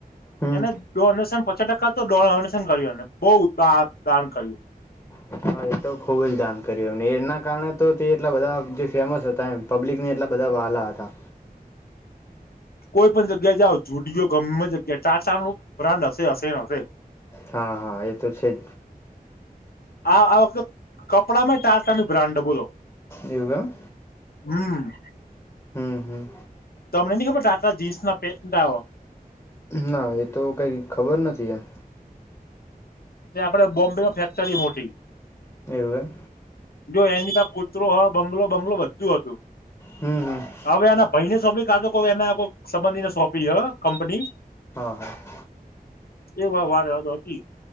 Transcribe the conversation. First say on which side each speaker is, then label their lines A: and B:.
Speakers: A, on the left (about 20°); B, on the left (about 80°).
A: હમ
B: એને જ ડોનેશન પચા ટકા તો ડોનેશન કર્યું અને બઉ દા દાન કર્યું
A: હ. હા એ તો ખુબ જ દાન કર્યું એમને એના કારણે તો તે એટલા બધા જે ફેમસ હતા એમ પબ્લિકને એટલા બધા વાલા હતા.
B: કોઈ પણ જગ્યા જાઓ જુડિયો ગમે જગ્યા ટાટા નુ બ્રાન્ડ હશે હશે હશે.
A: હા હા એ તો છે, જ
B: આ આ વખતે કપડામાં ટાટા ની બ્રાન્ડ બોલો
A: એવુ એમ
B: હમ.
A: હમ હમ.
B: તમે ને ની ખબર ટાટા જીન્સ ના પેન્ટ લાવો.
A: ના એ તો કઈ ખબર નથી એમ.
B: એ આપડે બોમ્બે માં ફેક્ટરી મોટી
A: એવું એમ
B: જો એની પા કૂતરો હ બંગલો બંગલો બધું હતું
A: હમ્મ હમ્મ
B: હવે એના ભાઈ ને સોંપી કાજો કોઈ એના કોઈ સંબંધીને સોંપી હ કંપની
A: હા
B: એ વા વાત વા હતી